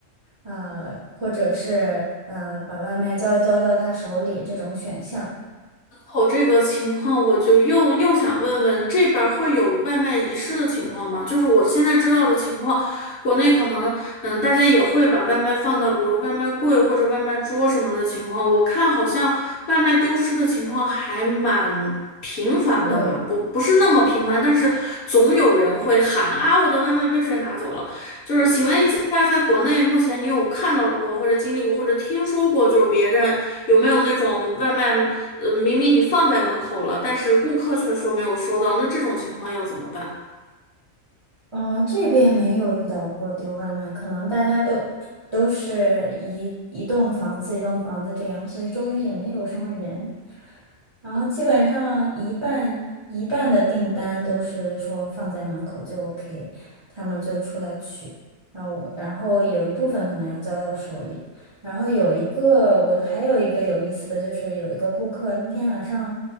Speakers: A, on the right; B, on the left.
A: 呃，或者是呃把外卖交交到他手里这种选项。
B: 哦，这个情况我就又又想问问，这边儿会有外卖遗失的情况吗？就是我现在知道的情况，国内可能嗯，大家也会把外卖放到比如外卖柜或者外卖桌什么的情况，我看好像外卖丢失的情况还蛮频繁的吧，
A: 对，
B: 不不是那么频繁，但是总有人会喊啊，我的外卖被谁拿走了。就是请问一下，在国内目前你有看到过或者经历过或者听说过，就是别人有没有那种外卖，呃，明明你放在门口了，但是顾客却说没有收到，那这种情况要怎么办？
A: 嗯，这边没有遇到过丢外卖，可能大家都都是一一栋房子一栋房子这样，所以周围也没有什么人。然后基本上一半一半的订单都是说放在门口就 OK，他们就出来取，然后然后有一部分可能要交到手里，然后有一个我还有一个有意思的就是有一个顾客那天晚上，